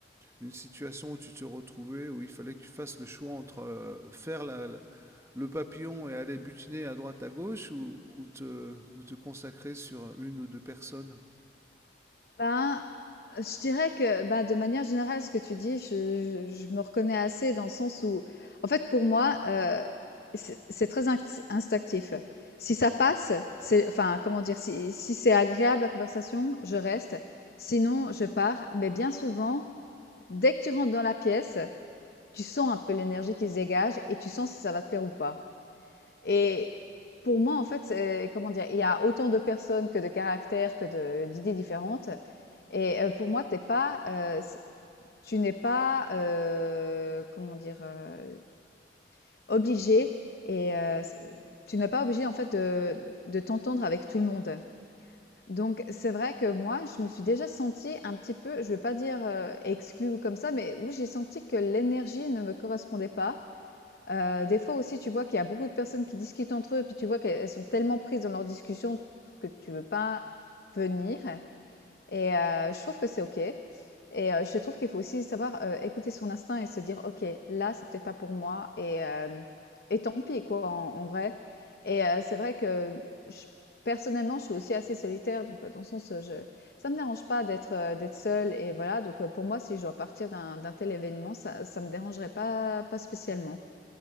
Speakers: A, on the right; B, on the left.
A: une situation où tu te retrouvais, où il fallait que tu fasses le choix entre euh, faire la- la- le papillon et aller butiner à droite, à gauche, ou, ou te, ou te consacrer sur une ou deux personnes.
B: Ben, heu, je dirais que, ben, de manière générale, ce que tu dis, je je je me reconnais assez dans le sens où, en fait, pour moi, heu, c'est c'est très inct instinctif. Si ça passe, c'est enfin, comment dire? Si si c'est agréable la conversation, je reste, sinon je pars. Mais bien souvent, dès que tu rentres dans la pièce, tu sens un peu l'énergie qui se dégage et tu sens si ça va te plaire ou pas. Et pour moi, en fait, c'est comment dire? Il y a autant de personnes que de caractères, que de d'idées différentes. Et heu, pour moi, t'es pas, heu, c tu n'es pas, heu, comment dire? Heu, obligée et heu, c tu n'es pas obligé, en fait, de de t'entendre avec tout le monde. Donc c'est vrai que moi, je me suis déjà sentie un petit peu, je veux pas dire, heu, exclue ou comme ça, mais où j'ai senti que l'énergie ne me correspondait pas Heu, des fois aussi, tu vois qu'il y a beaucoup de personnes qui discutent entre eux, puis tu vois qu'elles elles sont tellement prises dans leur discussion que tu veux pas venir et heu, je trouve que c'est OK et heu, je trouve qu'il faut aussi savoir, heu, écouter son instinct et se dire: «OK, là, c'est peut-être pas pour moi et hem et tant pis quoi», en en vrai et heu, c'est vrai que j personnellement, je suis aussi assez solitaire donc heu, dans le sens, heu, je ça me dérange pas d'être, heu, d'être seule et voilà donc heu, pour moi, si je dois partir d'un d'un tel événement, ça ça me dérangerait pas pas spécialement.